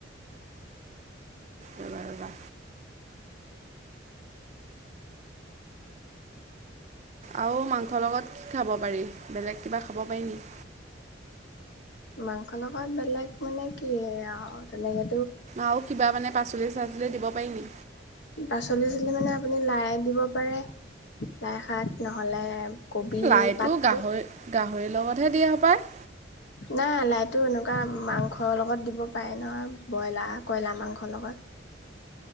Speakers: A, on the right; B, on the left.
A: ৰ'বা ৰ'বা আৰু মাংসৰ লগত কি খাব পাৰি বেলেগ কিবা খাব পাৰি নি
B: মাংস লগত বেলেগ মানে কি আৰু তেনেকে
A: আও কিবা মানে পাচলি চাচলি দিব পাইনি
B: পাচলি চাচলি মানে আপুনি লাই দিব পাৰে লাই শাক নহ'লে কবি
A: লাইটো
B: পাতটো
A: গাহৰি গাহৰিৰ লগতহে দিয়া হপায়
B: নাই লাইটো এনেকুৱা মাংসৰ লগত দিব পাৰে নহয় ব্ৰইলাৰ কয়লাৰ মাংসৰ লগত